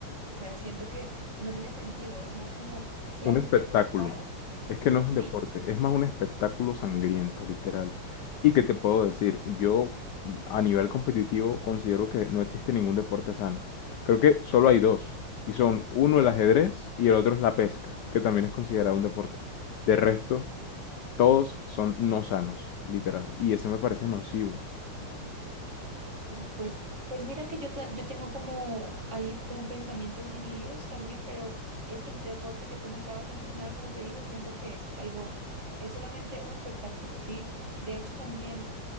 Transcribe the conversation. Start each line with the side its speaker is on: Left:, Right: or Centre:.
Right: O sea, siento que no tiene sentido. Es más como solamente
Left: Un espectáculo.
Right: te, te paras,
Left: Es que no es un
Right: sí,
Left: deporte, es más un espectáculo sangriento, literal. ¿Y qué te puedo decir? Yo mm, a nivel competitivo considero que no existe ningún deporte sano. Creo que solo hay dos. Y son uno el ajedrez y el otro es la pesca, que también es considerado un deporte. De resto,
Right: también.
Left: todos son no sanos, literal. Y ese me parece nocivo.
Right: Sí, pues, pues mira que yo, ta- yo tengo como ahí como pensamientos divididos también, pero este deporte que tú me acabas de mencionar, como te digo, siento que es algo, es solamente un espectáculo, ¿sí? De hecho, también